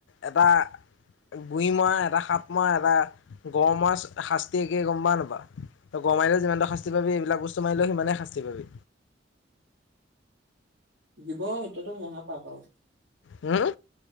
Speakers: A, on the left (about 75°); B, on the right (about 75°).
A: এটা গুৰি মআ এটা সাপ মআ এটা গ় মআ শাস্তি একে গম পা নেপা গৰু মাৰিলে যিমানটো শাস্তি পাবি এইবিলাক বস্তু মাৰিলে সিমানে শাস্তি পাবি
B: জীৱ সত্যা টো মহা পাপ আও
A: হুউ